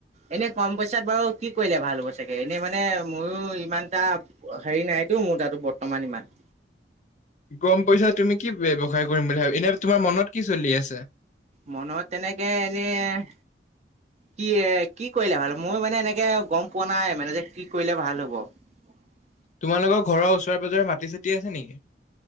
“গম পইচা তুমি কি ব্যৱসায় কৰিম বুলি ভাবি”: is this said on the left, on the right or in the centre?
Left